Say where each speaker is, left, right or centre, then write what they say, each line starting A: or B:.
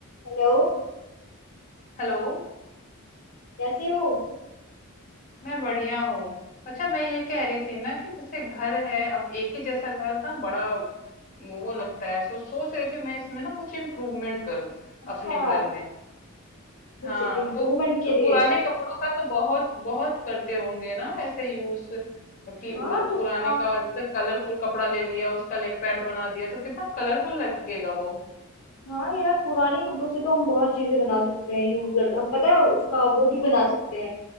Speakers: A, on the left; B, on the left.
A: Hello
B: Hello
A: कैसे हो
B: मैं बढ़िया हूँ अच्छा मैं ये कह रही थी ना कि जैसे घर है अब एक ही जैसा घर ना बड़ा वो वो लगता है सो सोच रही थी मैं इसमें ना कुछ इम्प्रूवमेंट करूँ
A: अच्छा
B: अपने घर में
A: कुछ
B: हाँ
A: इम्प्रूवमेंट
B: तो
A: के
B: क-
A: लिए
B: पुराने कपड़ों का तो बहुत बहुत करते होंगे ना ऐसे यूज कि
A: हाँ
B: वो ल-
A: तो
B: पुराने
A: आ,
B: का जैसे कलरफुल कपड़ा ले लिया उसका लेग पैड बना दिया तो कितना कलरफुल लगेगा वो
A: हाँ यार पुराने कपड़ों से तो हम बहुत चीजें बना सकते हैं यूजर हम पता है उसका वो भी बना सकते हैं